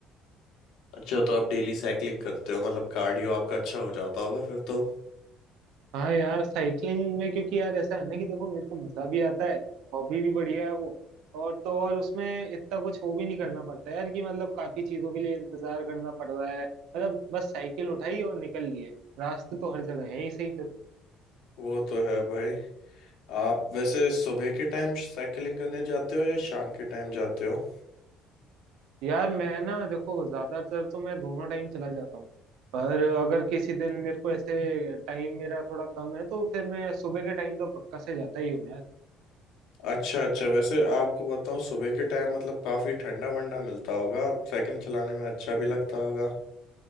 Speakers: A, on the left (about 75°); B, on the right (about 75°).
A: अच्छा तो आप डेली साइकिलिंग करते हो मतलब कार्डियो आपका अच्छा हो जाता होगा फिर तो
B: हाँ यार साइकिलिंग में क्योंकि यार ऐसा है ना कि देखो मेरे को मजा भी आता है हॉबी भी बढ़िया है वो और तो और उसमें इतना कुछ वो भी नहीं करना पड़ता यार कि मतलब काफी चीजों के लिए इंतजार करना पड़ रहा है मतलब बस साइकिल उठाई और निकल लिए रास्ते तो हर जगह है ही सही
A: वो तो है भाई आप वैसे सुबह के टाइम साइकिलिंग करने जाते हो या शाम के टाइम जाते हो
B: यार मैं ना देखो ज्यादातर तो मैं दोनों टाइम चला जाता हूँ पर अगर किसी दिन मेरे को ऐसे टाइम मेरा थोड़ा कम है तो फिर मैं सुबह के टाइम तो पक्का से जाता ही हूँ यार
A: अच्छा अच्छा वैसे आपको बताऊं सुबह के टाइम मतलब काफी ठंडा वंडा मिलता होगा साइकिल चलाने में अच्छा भी लगता होगा